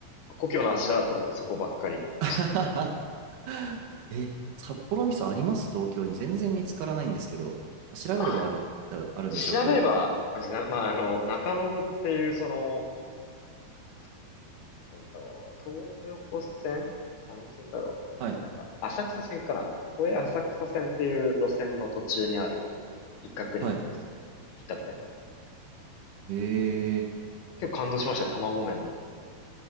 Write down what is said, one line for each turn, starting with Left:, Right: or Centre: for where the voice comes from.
Left: 故郷の味だと思ってそこばっかり行ってました。
Right: <laughs> あはははえ、札幌味噌あります東京に。全然見つからないんですけど。調べればある、
Left: あ、
Right: ああるんでしょうけど。
Left: 調べれば、あれですね、まあ、あの、中延っていうその、何線だっけな。えっと、東横線何線だろう。
Right: はい。
Left: なんか、浅草線かな。都営浅草線っていう路線の途中にある、一角にあるんですけど、
Right: はい。
Left: 住宅街の中に。
Right: えー、
Left: 結構感動しましたね、卵麺だ。